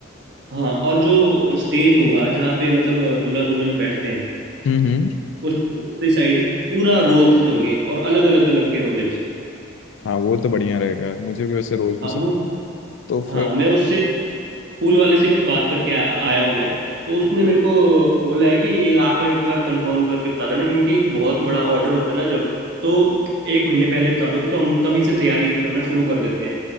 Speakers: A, on the right; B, on the left.
A: हाँ और जो स्टेज होगा जहाँ पे मतलब दूल्हा दुल्हन बैठते हैं
B: हम्म हम्म
A: उसकी साइड पूरा रोजेस होंगे और अलग अलग कलर के रोजेस
B: हाँ वो तो बढ़िया रहेगा यार मुझे भी वैसे रोज पसंद
A: हाँ वो
B: है। तो
A: हाँ
B: फिर
A: मैं उससे फूल वाले से भी बात करके आ, आया हूँ मैं तो उसने मेरे को बोला है कि ये आप एक बार कंफर्म करके बता देना क्योंकि बहुत बड़ा ऑर्डर होता है ना जब तो एक महीने पहले बता दोगे तो हम तभी से तैयारी करना शुरू कर देते हैं